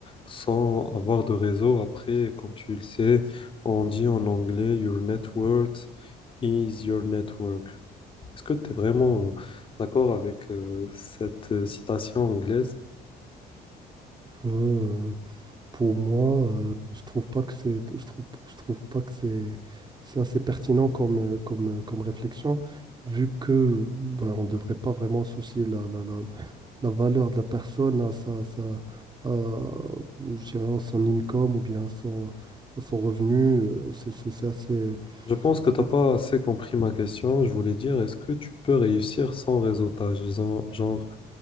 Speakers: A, on the left; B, on the right.
A: sans avoir de réseau? Après, comme tu le sais, on dit en anglais, Your network is your network. Est-ce que tu es vraiment d'accord avec euh, cette euh, citation anglaise?
B: Euh, pour moi, euh, je trouve pas que c'est, je trouve, je trouve pas que c'est, c'est assez pertinent comme, euh, comme, euh, comme réflexion, vu que ben, on ne devrait pas vraiment associer la, la, la- la valeur de la personne à, sa, sa, à, je dirais, à son income ou bien à son, à son revenu. euh, C'est c'est- c'est assez.
A: Je pense que tu
B: c'est
A: n'as pas
B: assez-
A: assez compris ma question. Je voulais dire, est-ce que tu peux réussir sans réseautage? Genre, genre,